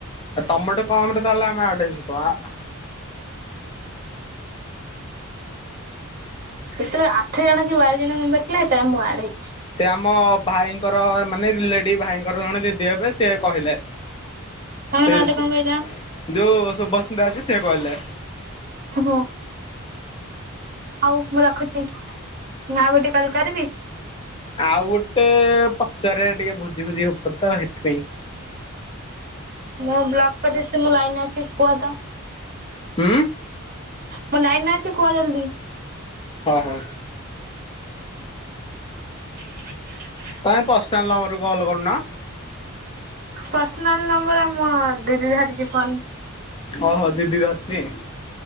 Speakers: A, on the left (about 25°); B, on the right (about 40°).
A: ତମଟେ କମରେ ତାହେଲେ ଆମେ ଆଡ୍ ହେଇଚୁ ତ।
B: କେତଳେ ଆଠ ଜଣ କି ବାର ଜଣ ମେମ୍ବର ଥିଲେ ସେତବେଳେ ମୁଁ ଆଡ ହେଇଛି।
A: ସେ ଆମ ଭାଇଙ୍କର ମାନେ ରିଲେଟିଭ୍ ଭାଇଙ୍କର ଜଣେ ଦିଦି ହେବେ ସିଏ କହିଲେ।
B: ତମ
A: ସେ
B: ନାଁ
A: ଯୋଉ
B: ଟା
A: ସୁ
B: କଣ କହିଲ?
A: ଯୋଉ ଶୁଭସ୍ମିତା ଅଛି ସିଏ କହିଲା।
B: ଓ ହୋ। ହଉ ମୁଁ ରଖୁଚି ମୁଁ ଆଉ ଗୋଟେ କଲ କରିବି?
A: ଆଉ ଗୋଟେ ପଚାରେ ଟିକେ ଭୋଜି ଫୋଜି ହବ ତ ହେଇଥିପାଇଁ।
B: ମୁଁ ବ୍ଲକ୍ କଦେଇସି ମୁଁ ଲାଇନରେ ଅଛି କୁହ ତ।
A: ହୁଁ।
B: ମୁଁ ଲାଇନରେ ଅଛି କୁଅ ଜଲଦି।
A: ଓ ହୋ।
B: ହ <unintelligible>
A: ତମେ ପରସନାଲ ନମ୍ବର ରୁ କଲ୍ କରୁନା।
B: ପରସନାଲ ନମ୍ବର ମୋ ଦିଦି ଧରିଚି ଫୋନ।
A: ଓହୋ ଦିଦି ଧରିଚି